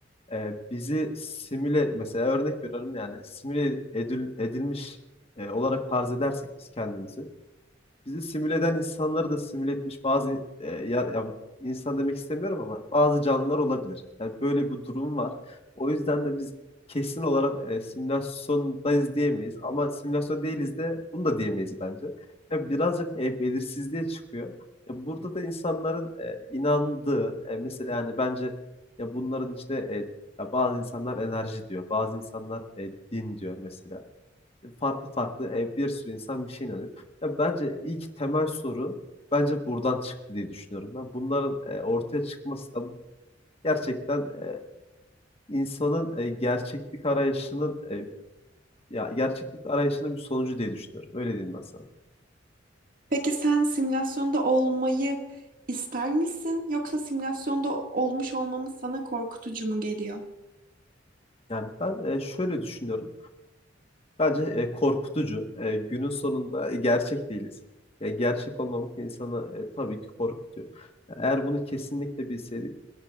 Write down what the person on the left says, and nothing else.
e, bizi simüle mesela örnek veriyorum yani simüle edil- edilmiş e, olarak farz edersek biz kendimizi. bizi simüle eden insanları da simüle etmiş bazı e, ya, ya insan demek istemiyorum ama bazı canlılar olabilir. Yani böyle bir durum var. O yüzden de biz kesin olarak e, simülasyondayız diyemeyiz ama simülasyon değiliz de bunu da diyemeyiz bence. Ya birazcık e, belirsizliğe çıkıyor. Ya burada da insanların e, inandığı e, mesela yani bence ya bunların içinde e, ya bazı insanlar enerji diyor, bazı insanlar e, din diyor mesela farklı farklı e, bir sürü insan bir şey inanıyor. Ya bence ilk temel soru bence buradan çıktı diye düşünüyorum ben. Bunların e, ortaya çıkması da gerçekten e, insanın e, gerçeklik arayışının e, ya gerçeklik arayışının bir sonucu diye düşünüyorum. Öyle diyeyim ben sana.
Yani ben e, şöyle düşünüyorum. Bence e, korkutucu. E, günün sonunda e, gerçek değiliz. Yani gerçek olmamak insanı e, tabii ki korkutuyor. Ya Eğer bunu kesinlikle bilseydik